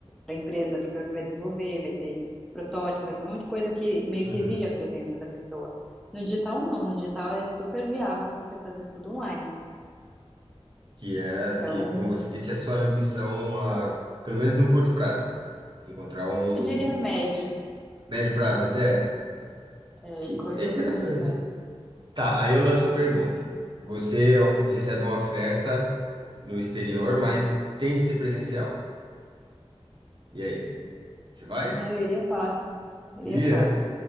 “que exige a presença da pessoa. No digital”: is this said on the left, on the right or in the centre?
Centre